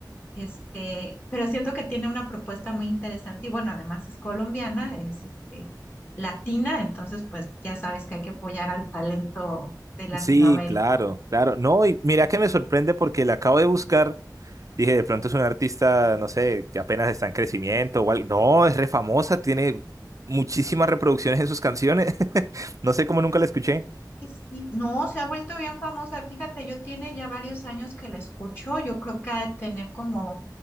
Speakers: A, on the left (about 30°); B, on the right (about 50°).
A: Este, pero siento que tiene una propuesta muy interesante y bueno, además es colombiana, es este, latina, entonces pues ya sabes que hay que apoyar al talento de Latinoamérica.
B: Sí, claro, claro. No, y mira que me sorprende porque la acabo de buscar. Dije, de pronto es un artista, no sé, que apenas está en crecimiento o algo. No, es re famosa, tiene muchísimas reproducciones en sus canciones. <laughs> No sé cómo nunca la escuché.
A: Sí, sí. No, se ha vuelto bien famosa. Fíjate, yo tiene ya varios años que la escucho. Yo creo que ha de tener como